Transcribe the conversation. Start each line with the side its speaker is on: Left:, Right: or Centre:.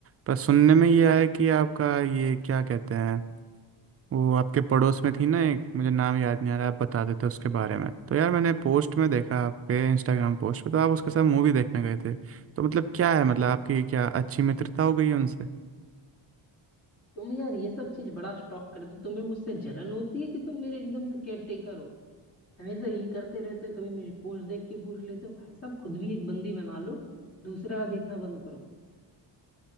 Right: पर सुनने में ये आया कि आपका ये क्या कहते हैं वो आपके पड़ोस में थी ना एक मुझे नाम याद नहीं आ रहा आप बता देते उसके बारे में तो यार मैंने पोस्ट में देखा आपके इंस्टाग्राम पोस्ट पे तो आप उसके साथ मूवी देखने गए थे तो मतलब क्या है मतलब आपकी क्या अच्छी मित्रता हो गई है उनसे
Left: तुम यार ये सब चीज बड़ा स्टॉक करते हो। तुम्हें मुझसे जलन होती है कि तुम मेरे एकदम से केयर टेकर हो हमेशा ये करते रहते हो कभी मेरी पोस्ट देख के पूछ लेते हो भाई साहब खुद भी एक बंदी बना लो दूसरा का देखना बंद करो